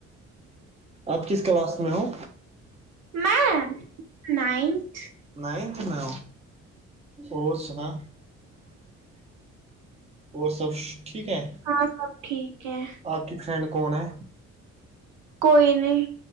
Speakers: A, on the right; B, on the right.
A: آپ کس کلاس میں ہ
B: میں نائنت
A: نائنت میں اور سنا اور سب ٹھیک ہے
B: ہاں سب ٹھیک ہے
A: آپ کی فرینڈ کون ہے
B: کوئی نہیں